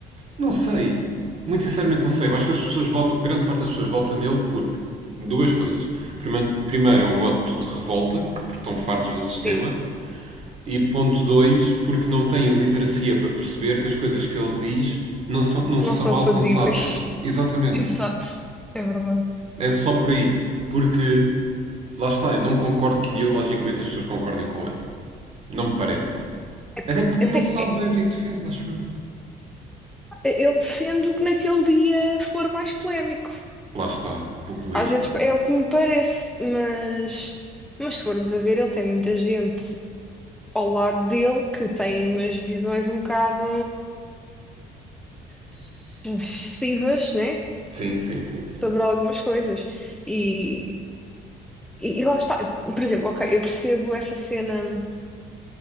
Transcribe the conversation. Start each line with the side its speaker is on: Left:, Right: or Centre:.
Right: Não sei. Muito sinceramente não sei. Eu acho que as pessoas votam, grande parte das pessoas vota nele porque duas coisas. Primeiro, primeiro é um voto de revolta, porque estão fartos do sistema.
Centre: Sim,
Right: E ponto dois, porque não têm literacia para perceber que as coisas que ele diz não são, não
Centre: não
Right: são
Centre: são
Right: alcançáveis.
Centre: fazíveis.
Right: Exatamente.
Centre: <laughs> Exato, é verdade.
Right: É só por aí. Porque, lá está, eu não concordo que ideologicamente as pessoas concordem com ele. Não me parece.
Centre: É,
Right: Até porque nem
Centre: eu tenho-
Right: ele sabe bem o que é que defende, acho eu.
Centre: Eu defendo que naquele dia for mais polémico.
Right: Lá está, populista.
Centre: Às vezes é o que me parece, mas, mas se formos a ver, ele tem muita gente ao lado dele que tem umas visões um bocado excessivas, né?
Right: Sim, sim, sim, sim.
Centre: Sobre algumas coisas. E, e, e lá está. Por exemplo, ok, eu percebo essa cena